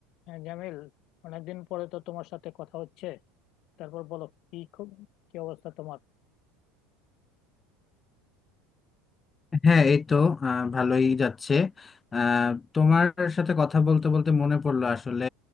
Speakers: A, on the left; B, on the left.
A: হ্যাঁ জামিল অনেকদিন পরে তো তোমার সাথে কথা হচ্ছে তারপর বলো কি খব- কি অবস্থা তোমার
B: হ্যাঁ এই তো আহ, ভালোই যাচ্ছে আহ, তোমার সাথে কথা বলতে বলতে মনে পড়লো আসলে